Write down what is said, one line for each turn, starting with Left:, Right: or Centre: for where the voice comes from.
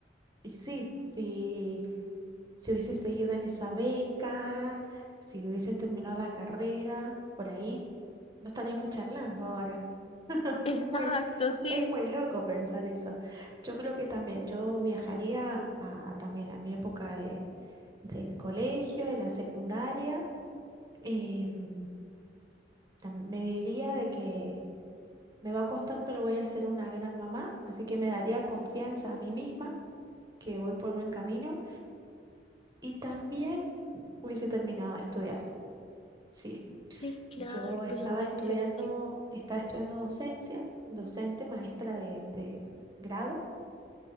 Right: Y sí, sí. si hubieses seguido en esa beca, si hubieses terminado la carrera, por ahí no estaríamos charlando ahora. <laughs>
Left: Exacto,
Right: Es muy,
Left: sí.
Right: es muy loco pensar eso. Yo creo que también yo viajaría a, también a mi época de, del colegio, de la secundaria. em, tam- me diría de que me va a costar, pero voy a ser una gran mamá, así que me daría confianza a mí misma que voy por buen camino y también hubiese terminado de estudiar. Sí.
Left: Sí, claro,
Right: Yo estaba
Left: pues son decisiones
Right: estudiando,
Left: que...
Right: estaba estudiando docencia, docente, maestra de, de grado.